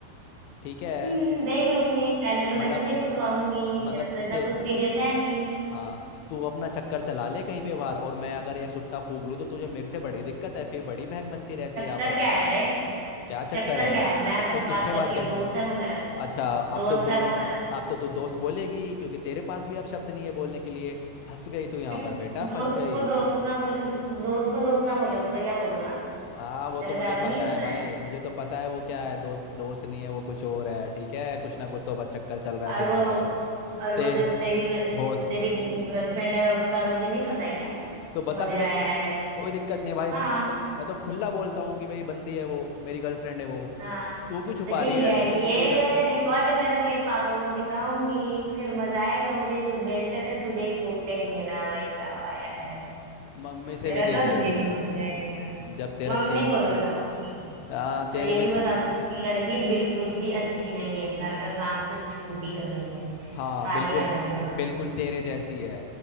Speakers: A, on the left (about 80°); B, on the right (about 55°).
A: ठीक है
B: हम्म, देख लूंगी पहले तो
A: मतलब
B: मैं तुझे कुटवाऊंगी
A: मतलब
B: मेरा तो इतना
A: ते
B: कुछ सीरियस है नहीं
A: हाँ तू अपना चक्कर चला ले कहीं पे बाहर और मैं अगर ये सुट्टा फूक लूँ तो तुझे मेरे से बड़ी दिक्कत है फिर बड़ी बहन बनती रहती
B: चक्कर
A: है आपस
B: क्या
A: में
B: है रे
A: क्या चक्कर
B: चक्कर
A: है
B: क्या है मैं बस
A: तो किससे
B: बात करती
A: बात करती
B: हूँ दोस्त है वो मेरा
A: अच्छा अब
B: दोस्त
A: तो दोस्त
B: है वो मेरा
A: अब तो तू दोस्त बोलेगी क्योंकि तेरे पास भी अब शब्द नहीं है बोलने के लिए फंस गई तू यहाँ
B: <laughs>
A: पर बेटा फंस
B: दोस्त
A: गई
B: को दोस्त ना बोलूं दोस्त को दोस्त ना बोलूं तो क्या बोलूं हाँ
A: हाँ वो
B: तेरा
A: तो मुझे
B: ज्यादा
A: पता
B: नहीं हो रहा
A: है भाई
B: है
A: मुझे तो पता है वो क्या है दोस्त दोस्त नहीं है वो कुछ और है ठीक है कुछ ना कुछ तो बस चक्कर चल रहा है
B: और
A: तुम्हारा
B: वो और वो
A: ते
B: जो तेरी ल-
A: बहुत
B: तेरी गर्लफ्रेंड है उसका मुझे नहीं पता है क्या
A: तो बता
B: मुझे आया
A: दे
B: है
A: कोई दिक्कत नहीं भाई
B: हाँ
A: मैं तो, मैं तो खुला बोलता हूँ कि मेरी बंदी है वो मेरी गर्लफ्रेंड है वो
B: हाँ
A: तू क्यों छुपा
B: तो ठीक
A: रही है
B: है
A: क्योंकि
B: ये
A: तू डर
B: रिकॉर्ड करके पापा को दिखाऊंगी फिर मजा आएगा मुझे जो बेल्ट से तुझे कूटेंगे ना भाई साहब आया है
A: मम्मी से
B: मेरा
A: भी देख
B: तो
A: लिया
B: दिन
A: तू
B: बन जाएगा
A: जब तेरा
B: मम्मी
A: छे
B: को भी बताऊंगी
A: हाँ तेरे
B: और ये
A: भी
B: भी बता दूंगी कि लड़की बिल्कुल भी अच्छी नहीं है घर का काम तो छूटी तक नहीं है
A: हाँ
B: सारी
A: बिल्कुल
B: हरकतें बता
A: बिल्कुल
B: दूंगी
A: तेरे जैसी है